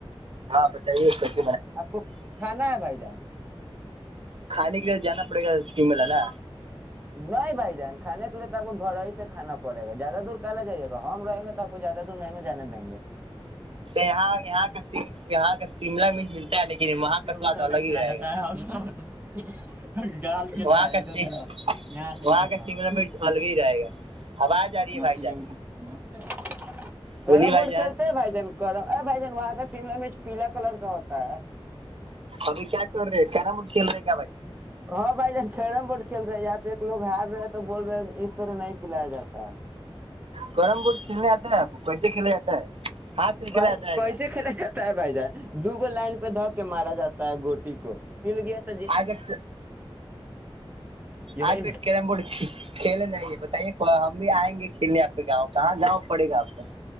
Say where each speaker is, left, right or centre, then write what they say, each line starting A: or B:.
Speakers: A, on the right (about 75°); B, on the right (about 20°).
A: ہاں بتائیے ک
B: آپ کو کھانا ہے بھائی جان
A: کھانے جانا پڑے گا سیملہ نا
B: نہیں بھائی جان کھانے کے لیے تو آپ کو گھر ہی سے کھانا پڑے گا زیادہ دور کالا جائیے گا ہم رہیں گے تو آپ کو زیادہ دور نہیں ن جانے دیں گے
A: یہاں یہاں کا یہاں کا شملہ میں ملتا ہے لیکن وہاں کا سواد
B: اسہ
A: الگ
B: نہیں کھیلا
A: ہی رہے
B: جاتا
A: گا
B: ہے جال کھیل
A: وہاں
B: رہا ہے
A: کا
B: ادھر نہیں مو یہاں سے
A: وہاں
B: ادھر
A: کا
B: نہو
A: شملا
B: چپ
A: مرچ
B: چپ
A: الگ ہی رہے گا آواز آ رہی
B: ن
A: ہے بھائی جان
B: ل د میں <unintelligible>
A: بولیے
B: کیرم
A: بھائی
B: بورڈ
A: جان
B: کھیلتے ہیں بھائی جان بھائی جان وہاں کا شملا میںیچ پیلا کلر کا ہوتا ا <inaudible>
A: ابھی کیا کر رہے ہیں کیرم بورڈ کھیل رہے ہیں
B: ہاں بھائی جب کیرم بورڈ کھیل رہے ہیں آپ ایک لوگ ہار رہے ہیں تو بول رہے ہیں اس طرح نہیں پلایا جاتا ہے
A: کیرم بورڈ کھیلنے آتا ہے آپ کو کیسے کھیلا جاتا ہے ہاتھ سے کھیلا
B: بائی
A: جاتا ہے
B: کیسے
A: گا
B: کھیلا جاتا ہے بھائی جان دو گو لائن <unintelligible> پ دھو کے مارا جاتا ہے گوٹی کو پل گیا تھا
A: آجک
B: یہی
A: آج
B: نا
A: تک کیرم بورڈ کھیل نہیں ہے بتائیے ک ہم بھی آئیں گے کنے آپہ گاؤ کہاں گؤ پڑے گاپ کو